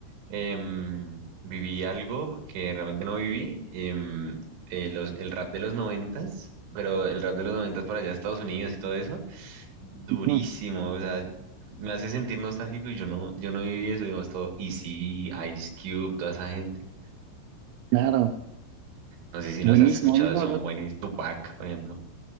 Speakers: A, on the right (about 70°); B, on the right (about 85°).
A: em, viví algo que realmente no viví, em, eh, los- el rap de los noventas, pero el rap de los noventas para allá Estados Unidos y todo eso, durísimo,
B: Mm,
A: o sea, me hace sentir nostálgico y yo no, yo no viví eso, digamos, todo Easy, Ice Cube, toda esa gente.
B: Claro,
A: No sé si
B: buenísimo.
A: los has escuchado,
B: A mí la
A: son
B: verdad,
A: buenísimos, Tupac, por ejemplo.